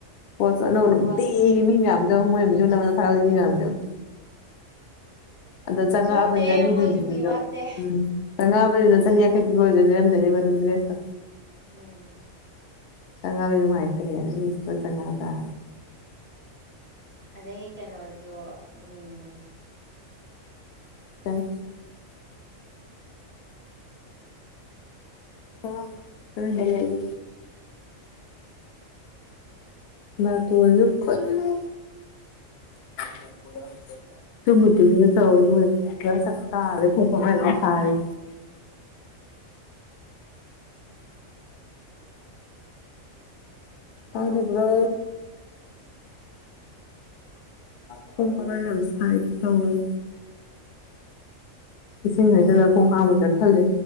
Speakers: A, on the left; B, on the right.
A: ꯄꯣꯁ ꯑꯅꯧꯕ ꯅꯨꯡꯇꯤꯒꯤ
B: ꯋꯥꯠꯇꯦ
A: ꯃꯤ ꯃꯌꯥꯝꯗꯣ ꯌꯦꯡꯉꯣ ꯃꯣꯏ ꯚꯤꯗꯤꯌꯣꯥ ꯅꯝꯕꯗ ꯑꯗꯨꯝ ꯊꯥꯒꯠꯏ ꯃꯤ ꯃꯌꯥꯝꯗꯣ ꯌꯦꯡꯉꯣ ꯑꯗ ꯆꯪꯉꯛꯑꯕꯅꯤꯅ
B: ꯋꯥꯠꯇꯦ
A: ꯃꯤꯗꯨꯅꯁꯨ
B: ꯃꯣꯏꯁꯨ ꯃꯤ ꯋꯥꯠꯇꯦ
A: ꯗꯣ ꯎꯝ ꯆꯪꯉꯛꯑꯕꯅꯤꯅ ꯆꯅꯤꯌꯥꯡꯈꯩ ꯄꯤꯕ ꯑꯣꯏꯖꯨ ꯂꯩꯔꯝꯗꯣꯏꯅꯦꯕ ꯑꯗꯨꯝ ꯗ꯭ꯔꯦꯁꯇꯣ
B: ꯎꯝ
A: ꯆꯪꯉꯛꯑꯕꯅꯤꯅ ꯅꯨꯡꯉꯥꯏꯇꯔꯦ ꯑꯗꯨꯏ ꯏꯁꯇꯣꯔ ꯆꯪꯉꯛꯑꯒꯅ
B: ꯑꯗꯩ ꯀꯩꯅꯣꯖꯨ ꯎꯝ
A: <unintelligible> ꯐꯃꯨꯡꯗ ꯂꯩꯌꯦ ꯅꯥꯇꯣꯟꯖꯨ ꯐꯨꯜꯂꯦ
B: <inaudible>
A: <unintelligible>
B: <inaudible>
A: ꯇꯥꯗꯕ꯭ꯔꯣ ꯈꯣꯡ ꯈꯥ ꯌꯥꯝ ꯁꯥꯏ ꯇꯧꯔꯤꯁꯦ ꯏꯁꯤꯡ ꯍꯩꯖꯜꯂ ꯈꯣꯡ ꯍꯥꯥꯝꯃꯨꯖꯤꯔꯥ ꯈꯜꯂꯦ